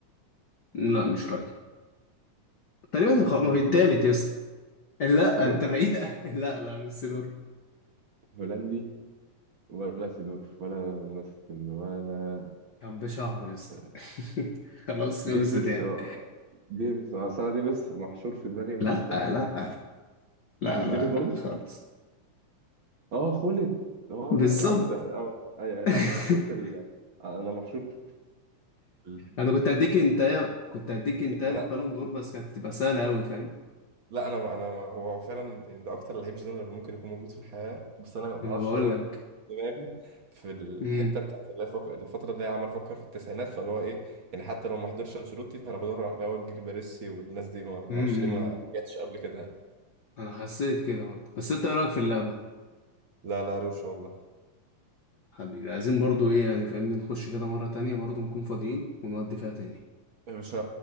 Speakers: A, on the left (about 65°); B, on the right (about 50°).
A: لا مش راجل تقريبا
B: مفيش
A: خ- ما
B: غير
A: في
B: سيدورف
A: التالت يا اسطى لا
B: سيدورف
A: انت بعيد <laughs> لا لا مش سيدور
B: هولندي ولا سيدورف ولا باستن ولا
A: كان بشعر يا اسطى
B: آه،
A: <laughs> خلاص خلصت
B: ديفيس
A: يعني
B: اه ديفيس اه أصل انا ديفيس محشور في دماغي مش
A: لا لا لا
B: مش
A: لا
B: ديفيس برضه
A: لا خالص
B: اه خلت اه
A: بالظبط
B: لا يا عم ده اه أي- لا انا
A: <laughs>
B: محشور في ال... انا محشور في ال...
A: انا كنت هديك انت كنت هديك انت
B: يعني
A: للبالون
B: انا
A: دور بس كانت هتبقى سهله قوي فاهم
B: لا انا انا هو هو فعلا يعني ده اكتر لعيب جنرال ممكن يكون موجود في الحياه بس انا ما
A: انا
B: اعرفش
A: بقول
B: ليه انا
A: لك
B: في دماغي في الحته
A: امم
B: بتاعت اللي فك... الفتره اللي هي عمال افكر في التسعينات فاللي هو ايه يعني حتى لو ما حضرش انشيلوتي فانا بدور على هو الجيل باريسي والناس دي ما ما
A: امم
B: اعرفش ليه ما جاتش قبل كده يعني.
A: انا حسيت كده برضه بس انت ايه رايك في اللعبه
B: لا لا روشه والله
A: حبيبي عايزين برضه ايه يعني فاهمني نخش كده مره تانية برضه نكون فاضيين ونودي فيها تاني
B: يا باشا